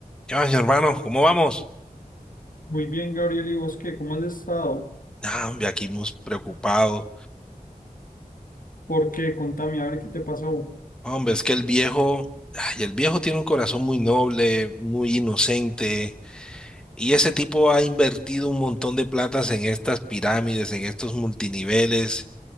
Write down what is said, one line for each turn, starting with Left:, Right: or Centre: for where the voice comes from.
Centre: ¿Qué más, mi hermano? ¿Cómo vamos?
Left: Muy bien, Gabriel, ¿y vos qué? ¿Cómo has estado?
Centre: Ah, hombre, aquí muy preocupados.
Left: ¿Por qué? Contame, a ver qué te pasó.
Centre: Hombre, es que el viejo, ay, el viejo tiene un corazón muy noble, muy inocente, y ese tipo ha invertido un montón de platas en estas pirámides, en estos multiniveles,